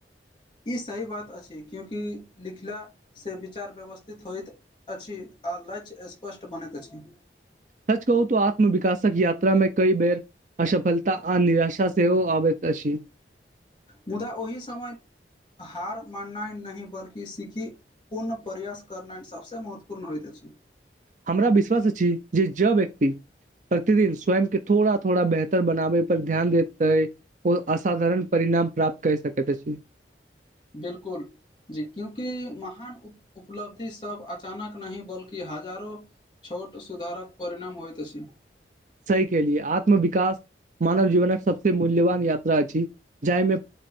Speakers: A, on the left (about 25°); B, on the right (about 45°).
A: ई सही बात अछि क्योकि लिखला से विचार व्यवस्थित होइत अछि आ लक्ष्य स्पष्ट बनैत अछि।
B: सच कहू तऽ आत्मविकासक यात्रा में कई बेर आसफलता आ निराशा सेहो आबैत अछि।
A: मुदा ओहि समय हार माननाइ नहि बल्कि सिकखीत पूर्ण प्रयास करनाइ सभसँ महत्वपूर्ण होइत अछि।
B: हमरा विश्वास अछि जे ज व्यक्ति प्रतिदिन स्वयंम के थोड़ा थोड़ा बेहतर बनाबे पर ध्यान दैतय ओ असाधारण परिणाम प्राप्त कर सक त अछि।
A: बिलकुल जी क्योकि महान उ उपलब्धि सब अचानक नहि बल्कि हजारो छोट सुधारक परिणाम होइत अछि।
B: सही के लिए आत्म विकास मानव जीवनक सबसे मूल्यवान यात्रा अछि जाइमे